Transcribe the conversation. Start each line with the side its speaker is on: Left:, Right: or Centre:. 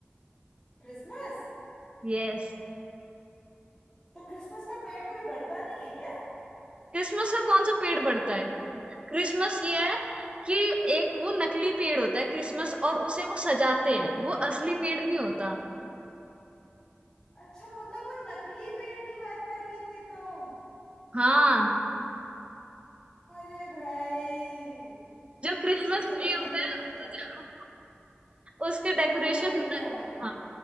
Left: क्रिसमस
Right: यस
Left: तो क्रिसमस का पेड़ कभी बढ़ता नहीं है क्या
Right: क्रिसमस का कौन सा पेड़ बढ़ता है क्रिसमस ये है कि एक वो नकली पेड़ होता है क्रिसमस और उसे वो सजाते हैं वो असली पेड़ नहीं होता
Left: अच्छा मतलब वो नकली पेड़ की बात कर रही थी तुम
Right: हाँ
Left: अरे भाई
Right: जो क्रिसमस
Left: अच्छा
Right: ट्री
Left: ठीक
Right: होता
Left: है
Right: है
Left: ठीक
Right: वो
Left: है
Right: जो उसके डेकोरेशन
Left: समझ गई समझ गई
Right: हाँ